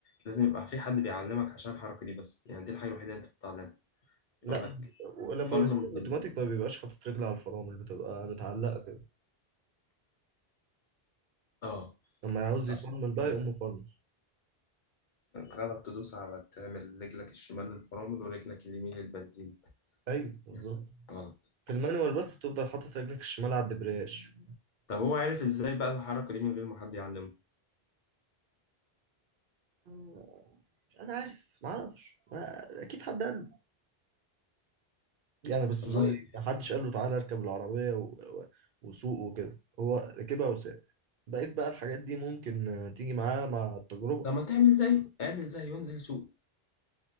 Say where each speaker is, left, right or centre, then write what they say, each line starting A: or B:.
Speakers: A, on the left; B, on the right.
A: لازم يبقى في حد بيعلمك عشان الحركه دي بس يعني دي الحاجه الوحيده اللي انت بتتعلمها يقول
B: لا
A: لك
B: ولما
A: فرمل
B: بيصير
A: بال
B: اوتوماتيك ما بيبقاش حاطط رجل على الفرامل بتبقى متعلقه كده
A: اه
B: لما يعوز
A: صح
B: يفرمل بقى
A: للاسف
B: يقوم مفرمل
A: غلط تدوس على تعمل رجلك الشمال للفرامل ورجلك اليمين للبنزين
B: ايوه بالظبط
A: يعني غلط
B: في المانيوال بس بتفضل حاطط رجلك الشمال على الدبرياج
A: طب هو عارف ازاي بقى الحركه دي من غير ما حد يعلمه
B: آه، انا عارف ما اعرفش ما- اكيد حد قال له. يعني بس
A: والله
B: اللي هو إيه،
A: يعني
B: ما حدش قال له تعالى اركب العربيه و... و... وسوق وكده هو ركبها وساق بقيت بقى الحاجات دي ممكن آه، تيجي معاه مع التجربه
A: لما تعمل زي اعمل زي ينزل سوق